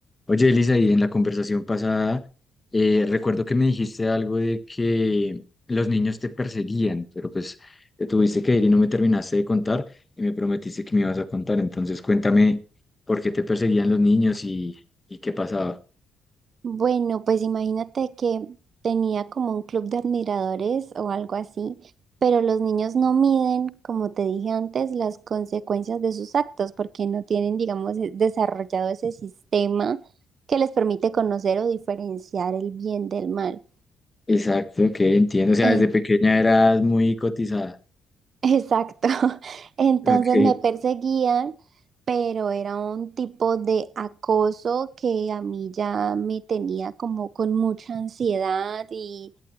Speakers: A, on the left; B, on the right.
A: Oye, Elisa, y en la conversación pasada, eh, recuerdo que me dijiste algo de que los niños te perseguían, pero pues te tuviste que ir y no me terminaste de contar y me prometiste que me ibas a contar. Entonces, cuéntame por qué te perseguían los niños y, y qué pasaba.
B: Bueno, pues imagínate que tenía como un club de admiradores o algo así, pero los niños no miden, como te dije antes, las consecuencias de sus actos porque no tienen, digamos, e- desarrollado ese sistema que les permite conocer o diferenciar el bien del mal.
A: Exacto, que entiendo. O sea,
B: Eh,
A: desde pequeña eras muy cotizada.
B: Exacto. <laughs> Entonces
A: Ok.
B: me perseguían, pero era un tipo de acoso que a mí ya me tenía como con mucha ansiedad y,